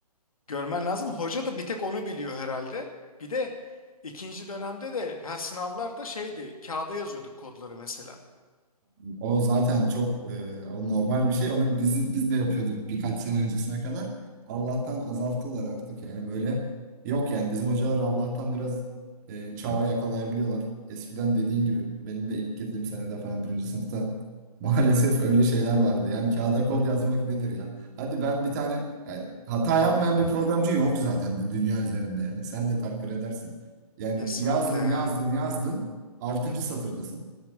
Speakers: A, on the left; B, on the right.
A: Görmen lazım. Hoca da bir tek onu biliyor herhalde. Bir de ikinci dönemde de ha, sınavlarda şeydi kağıda yazıyorduk kodları mesela.
B: O zaten çok e, o normal bir şey. Onu biz biz de yapıyorduk birkaç sene öncesine kadar. Allah'tan azalttılar artık yani böyle yok yani bizim hocalar Allah'tan biraz e, çağı yakalayabiliyorlar. Eskiden dediğin gibi benim de ilk girdiğim senede falan birinci sınıfta <laughs> maalesef öyle şeyler vardı. Yani kağıda kod yazmak nedir ya? Hadi ben bir tane yani hata yapmayan bir programcı yok zaten bu dünya üzerinde yani sen de takdir edersin. Yani
A: Kesinlikle
B: yazdın
A: ya.
B: yazdın yazdın altıncı satırdasın.